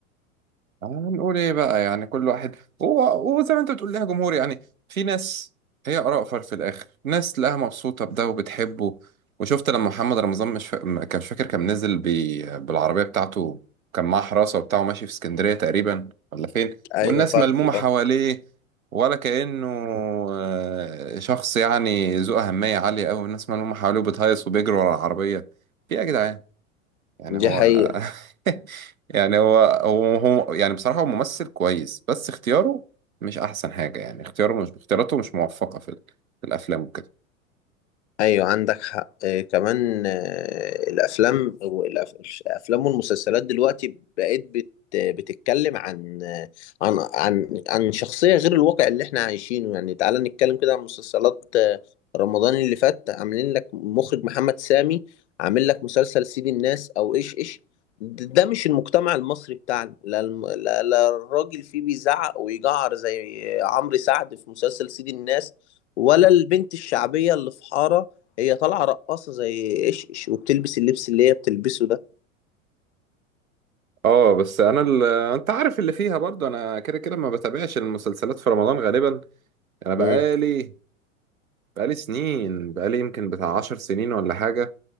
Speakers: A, on the right; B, on the left.
A: هنقول ايه بقى يعني كل واحد هو هو زي ما انت بتقول لها جمهور يعني في ناس هي اراء فر في الاخر ناس تلاقيها مبسوطه بده وبتحبه وشفت لما محمد رمضان مش فا... م- كان مش فاكر كان نزل بي... بالعربيه بتاعته كان معاه حراسه وبتاعه ماشي في اسكندريه تقريبا ولا فين
B: أيوة
A: والناس
B: فاكره
A: ملمومه حواليه
B: آه.
A: ولا كانه آه، شخص يعني ذو اهميه عاليه قوي الناس ملمومه حواليه وبتهيص وبيجروا ورا العربيه في ايه يا جدعان يعني
B: دي
A: هو
B: حقيقة
A: <laughs> يعني هو هو هو يعني بصراحة هو ممثل كويس بس اختياره مش أحسن حاجة يعني اختياره مش اختياراته مش موفقة في ال- في الأفلام وكده
B: ايوه عندك حق آه، كمان آه، الافلام والأف- الافلام والمسلسلات دلوقتي بقت بت بتتكلم عن آه، عن عن عن شخصيه غير الواقع اللي احنا عايشينه يعني تعالى نتكلم كده عن مسلسلات آه، رمضان اللي فات عاملين لك مخرج محمد سامي عامل لك مسلسل سيد الناس او ايش ايش د- ده مش المجتمع المصري بتاعنا لا الم- لا لا الراجل فيه بيزعق ويجعر زي عمرو سعد في مسلسل سيد الناس ولا البنت الشعبيه اللي في حاره هي طالعه رقاصه زي ايش إيش وبتلبس اللبس اللي هي بتلبسه ده
A: اه بس انا ال... انت عارف اللي فيها برضه انا كده كده ما بتابعش المسلسلات في رمضان غالبا انا بقالي
B: امم
A: بقالي سنين بقالي يمكن بتاع عشر سنين ولا حاجه